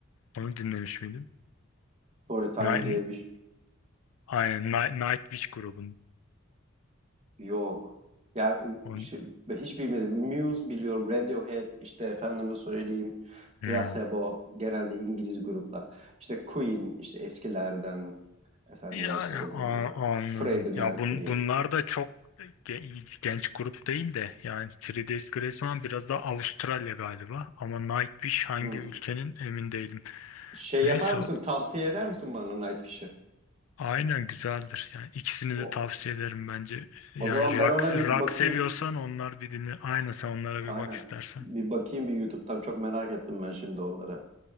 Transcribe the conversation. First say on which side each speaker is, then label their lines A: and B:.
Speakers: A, on the left; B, on the right.
A: Onu dinlemiş miydin?
B: Story Time
A: Night,
B: diye bir
A: aynen Night, Nightwish grubunun.
B: Yok. Ya
A: On,
B: şey, hiç bilmedim. Muse biliyorum, Radiohead, işte efendime söyleyeyim,
A: Hmm.
B: Placebo, genelde İngiliz gruplar. İşte Queen, işte eskilerden efendime
A: Yani
B: söyleyeyim,
A: a- anladım.
B: Freddie Mercury.
A: Ya bun, bunlar da çok ge- genç grup değil de yani Three Days Grace falan biraz daha Avustralya galiba ama Nightwish hangi
B: Hı.
A: ülkenin emin değilim.
B: Şey
A: Neyse
B: yapar mısın, tavsiye eder misin bana Nightwish'i?
A: Aynen güzeldir. Yani ikisini
B: O,
A: de tavsiye ederim bence. Yani
B: o zaman ben
A: rock,
B: ona bir
A: rock
B: bakayım.
A: seviyorsan onlar bir dinle. Aynen sen onlara bir
B: Aynen.
A: bak istersen.
B: Bir bakayım bir YouTube'dan. Çok merak ettim ben şimdi onları.